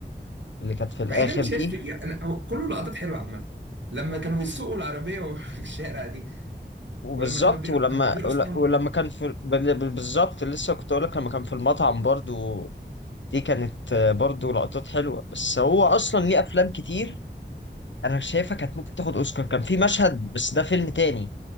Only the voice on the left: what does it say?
اللي كانت في الاخر
دي
وبالظبط
ولما
ول-
ولما كان في بال- بال- بالظبط لسه كنت اقول لك لما كان في المطعم برضو دي كانت آه، برضو لقطات حلوه بس هو اصلا ليه افلام كتير انا شايفها كانت ممكن تاخد اوسكار كان في مشهد بس ده فيلم تاني